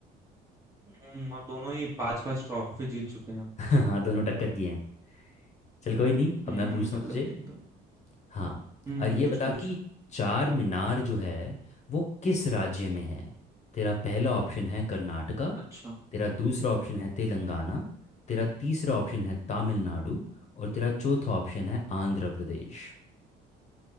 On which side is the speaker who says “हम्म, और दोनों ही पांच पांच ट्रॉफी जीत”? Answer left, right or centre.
Right